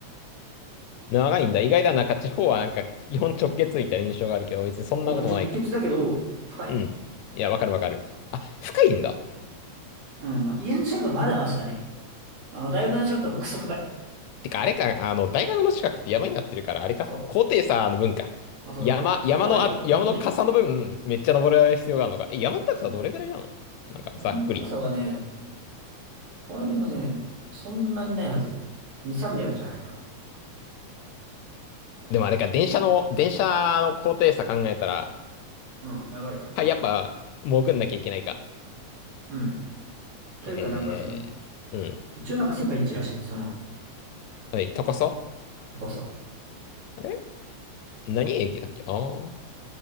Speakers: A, on the left; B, on the right.
A: 長いんだ。意外だな。なんか地方はなんか、基本直結みたいな印象があるけど、別にそんなこともないか。
B: やっぱ直結だけど、深い。
A: うん。いや、わかるわかる。あ、深いんだ。
B: うん、まあ、家の近くはまだマシだね。あの、大学の近くはクソ深い。
A: てか、あれか、あの、大学の近くって山になってるから、あれか、
B: そう。
A: 高低差の分か。
B: まあ、そう。
A: 山、
B: まあやばいよ。
A: 山の、あ、
B: ほん、
A: 山の傘の分、
B: ほんとに。
A: めっちゃ登る必要があるのか。え、山の高さどれぐらいなのなんか、
B: うん。山の高さはね、
A: ざっくり。
B: あれでもね、そんなにないはず。2、300じゃないかな。
A: でもあれか、電車の、電車の高低差考えたら、
B: うん、やばいよ。
A: はい、やっぱ、潜んなきゃいけないか。
B: うん。というか、
A: へえ、
B: なんかその、
A: うん。
B: 一応なんか世界一らしい、その
A: はい、高さ
B: 高さ。
A: あれ何駅だっけああー、